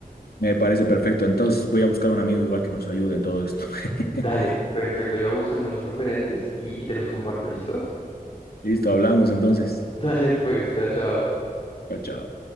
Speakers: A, on the left (about 85°); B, on the left (about 40°).
A: Me parece perfecto. Entonces voy a buscar un amigo igual que nos ayude en todo esto.
B: Dale,
A: <laughs>
B: perfecto. Yo voy a buscar muchos referentes y, y te los comparto, ¿listo?
A: Listo, hablamos entonces.
B: <laughs> Dale, pues, chao, chao.
A: Chao, chao.